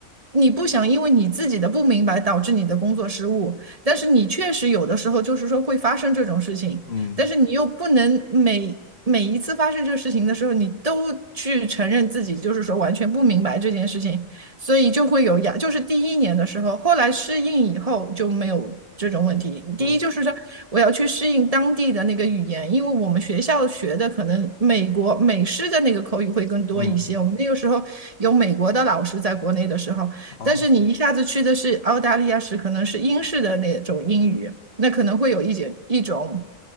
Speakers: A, on the right; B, on the left.
A: 你不想因为你自己的不明白导致你的工作失误，但是你确实有的时候就是说会发生这种事情，
B: 嗯。
A: 但是你又不能每。每一次发生这个事情的时候，你都去承认自己就是说完全不明白这件事情，所以就会有压，就是第一年的时候，后来适应以后就没有这种问题。第一就是说，
B: 嗯
A: 我要去适应当地的那个语言，因为我们学校学的可能美国美式的那个口语会更多一些。
B: 嗯，
A: 我们那个时候有美国的老师在国内的时候，
B: 好，
A: 但是你一下子去的是澳大利亚时，可能是英式的那种英语，那可能会有一点一种